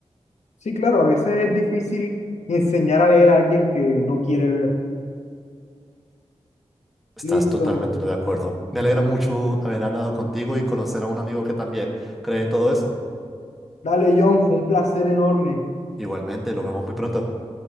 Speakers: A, on the left; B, in the centre.
A: Sí, claro, a veces es difícil enseñar a leer a alguien que no quiere ver.
B: Estás
A: Listo.
B: totalmente de acuerdo. Me alegra mucho haber hablado contigo y conocer a un amigo que también cree en todo eso.
A: Dale, John, fue un placer enorme.
B: Igualmente, nos vemos muy pronto.